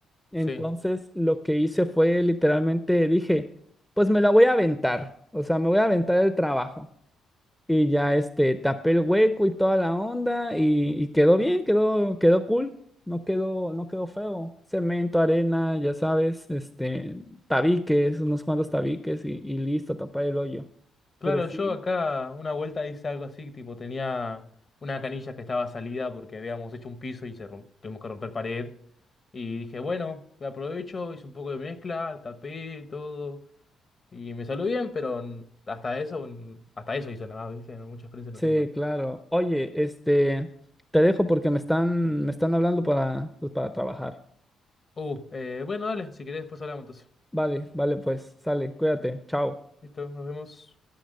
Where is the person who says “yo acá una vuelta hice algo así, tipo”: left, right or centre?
Left